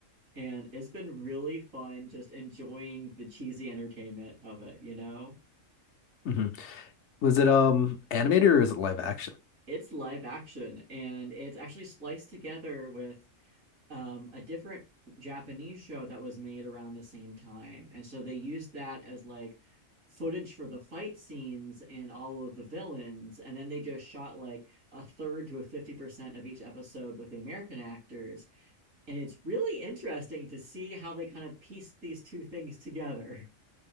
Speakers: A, on the right (about 80°); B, on the left (about 65°).
A: And it's been really fun just enjoying the cheesy entertainment of it, you know?
B: hmm Was it um animated or is it live action?
A: It's live action and it's actually spliced together with um, a different Japanese show that was made around the same time. And so they used that as like footage for the fight scenes and all of the villains. And then they just shot like a third to a 50% of each episode with the American actors. And it's really interesting to see how they kind of pieced these two things together.